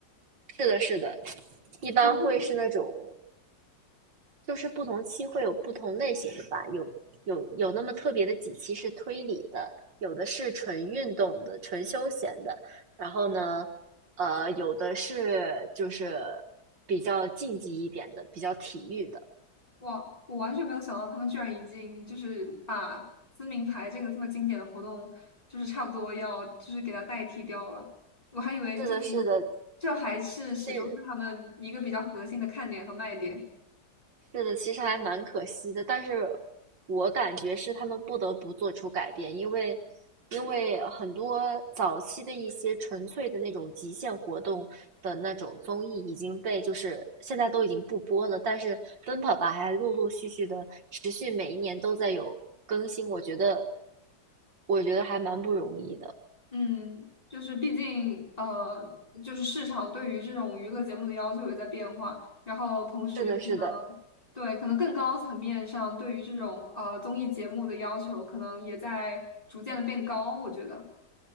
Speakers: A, on the right; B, on the left.
A: 是的，是的，一般会是那种。
B: 啊，就是
A: 就是不同期会有不同类型的吧，有有有那么特别的几期是推理的，有的是纯运动的、纯休闲的，然后呢，呃，有的是就是比较竞技一点的、比较体育的。
B: 哇，我完全没有想到他们居然已经就是把撕名牌这个这么经典的活动，就是差不多要就是给它代替掉了。我还以为就是这还是始终是他们一个比较核心的看点和卖点。
A: 是的，是的，这是的，其实还蛮可惜的，但是我感觉是他们不得不做出改变，因为因为很多早期的一些纯粹的那种极限活动的那种综艺已经被就是现在都已经不播了，但是《奔跑吧》还陆陆续续的持续每一年都在有更新，我觉得我觉得还蛮不容易的。
B: 嗯，就是毕竟呃，就是市场对于这种娱乐节目的要求也在变化，然后同时可能对可能更高层面上对于这种呃综艺节目的要求可能也在逐渐的变高，
A: 是的，是的，
B: 我觉得。